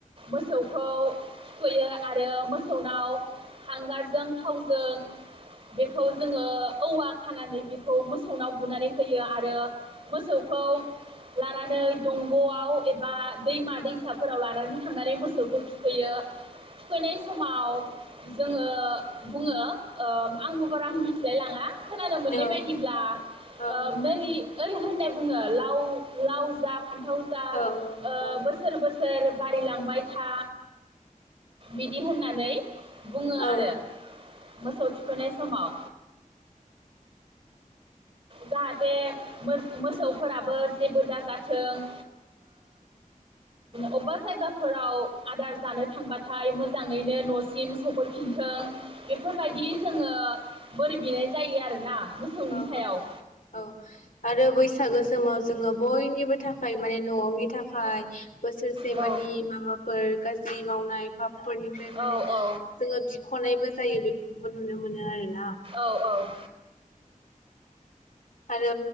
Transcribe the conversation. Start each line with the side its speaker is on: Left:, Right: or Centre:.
Right: मोसौ खौ थुखैयो आरो मोसौनाव हांगारजों थावजों बेखौ जोङो औवा खानानै बेखौ मोसौनाव बुनानै होयो आरो मोसौखौ लानानै दंग'आव एबा दैमा दैसाफोराव लानानै थांनानै मोसौ थुखैयो थुखैनाय समाव जोङो बुङो आंबो बारा मिथिलाय लाङा खोनानो मोननाय
Left: औ
Right: बायदिब्ला
Left: औ
Right: ओ
Left: नोंथां
Right: मोरि ओरै होननाय बुङो लाव लाव जा फान्थाव जा
Left: औ औ
Right: ओ बोसोर बोसोर बारिलांबाय था बिदि होननानै बुङो
Left: औ नोंथां औ
Right: आरो मोसौ थुखैनाय समाव जाहाथे मोसौफोराबो जेबो दाजाथों अबेबा जायगाफोराव आदार जानो थांबाथाय मोजाङैनो न'सिम सफैफिनथों बेफोरबायदि जोङो बोर बिनाय जायो आरोना मोसौनि
Left: औ
Right: सायाव
Left: औ आरो बैसागो समाव जोङो ब बयनिबो थाखाय माने नव'नि थाखाय बोसोरसे
Right: औ
Left: मानि माबाफोर गाज्रि मावनाय फाबफोरनिफ्राय
Right: औ
Left: माने जोङो
Right: औ
Left: बिख'नायबो जायो बेफोरखौबो नुनो मोनो बि आरो-
Right: औ औ
Left: आरो